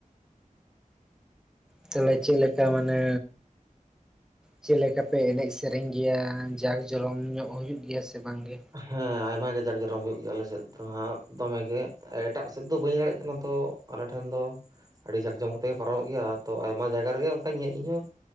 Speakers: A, in the centre; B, on the right.
A: ᱛᱟᱦᱚᱞᱮ ᱪᱮᱫ ᱞᱮᱠᱟ ᱢᱟᱱᱮ ᱪᱮᱫ ᱞᱮᱠᱟ ᱯᱮ ᱮᱱᱮᱡ ᱥᱮᱨᱮᱧ ᱜᱮᱭᱟ, ᱡᱟᱠ ᱡᱚᱨᱚᱢ ᱧᱚᱜ ᱦᱩᱭᱩᱜ ᱜᱮᱭᱟ ᱥᱮ ᱵᱟᱝ ᱜᱮ?
B: ᱦᱮᱸ ᱟᱭᱢᱟ ᱜᱮ ᱡᱟᱠ ᱡᱚᱨᱚᱢ ᱦᱩᱭᱩᱜ ᱜᱮᱭᱟ ᱟᱞᱮ ᱥᱮᱫ ᱫᱚ ᱦᱟᱫ ᱫᱚᱢᱮ ᱜᱮ ᱮᱴᱟᱜ ᱥᱮᱫ ᱫᱚ ᱵᱟᱹᱧ ᱫᱟᱲᱭᱟᱜ ᱠᱟᱱᱟ ᱛᱚ, ᱟᱞᱮ ᱴᱷᱮᱱ ᱫᱚ ᱟᱹᱰᱤ ᱡᱟᱠ ᱡᱚᱢᱚᱠ ᱛᱮᱜᱮ ᱯᱟᱨᱚᱢᱚᱜ ᱜᱮᱭᱟ ᱛᱚ ᱟᱭᱢᱟ ᱡᱟᱭᱜᱟ ᱨᱮᱜᱮ ᱚᱱᱠᱟᱧ ᱧᱮᱸᱜ ᱤᱧᱦᱚᱸ